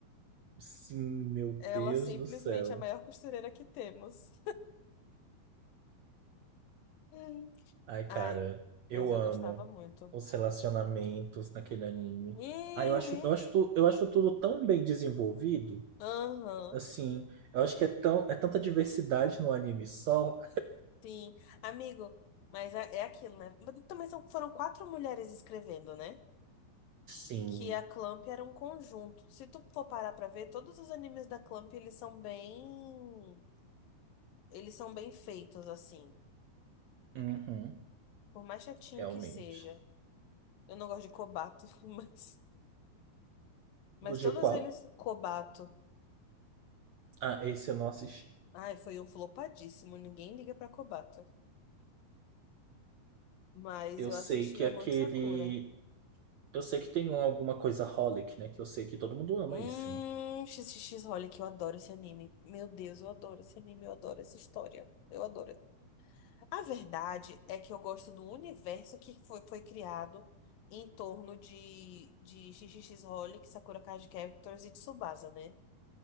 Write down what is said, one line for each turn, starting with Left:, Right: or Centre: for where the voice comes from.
Right: Sim, meu Deus
Left: Ela simplesmente
Right: do céu.
Left: é a maior costureira que temos. Hum.
Right: Ai, cara,
Left: Ai,
Right: eu
Left: mas eu
Right: amo
Left: gostava muito.
Right: os relacionamentos naquele anime.
Left: Uhum.
Right: Ah, eu acho, eu acho, tu- eu acho tudo tão bem desenvolvido.
Left: Aham,
Right: Assim, eu acho que é tão, é tanta diversidade no anime só.
Left: sim. Amigo, mas é, é aquilo, né? Mas Também são, foram quatro mulheres escrevendo, né?
Right: Sim,
Left: Que a Clamp era um conjunto. Se tu for parar pra ver, todos os animes da Clamp, eles são bem... Eles são bem feitos, assim.
Right: uhum,
Left: Por mais chatinho
Right: realmente.
Left: que seja. Eu não gosto de Kobato, <laughs> mas... Mas
Right: O
Left: todos
Right: de qual?
Left: eles, Kobato.
Right: Ah, esse eu não assisti.
Left: Ai, foi um flopadíssimo. Ninguém liga pra Kobato. Mas
Right: Eu
Left: eu
Right: sei
Left: assisti
Right: que
Left: Amante
Right: aquele.
Left: Sakura.
Right: Eu sei que tem um- alguma coisa Holic, né? Que eu sei que todo mundo ama
Left: Hum,
Right: isso,
Left: XXX, olha que eu adoro esse anime. Meu Deus, eu adoro esse anime, eu adoro essa história. Eu adoro. A verdade é que eu gosto do universo que foi, foi criado em torno de, de XXX Holic, Sakura Card Captors e Tsubasa, né?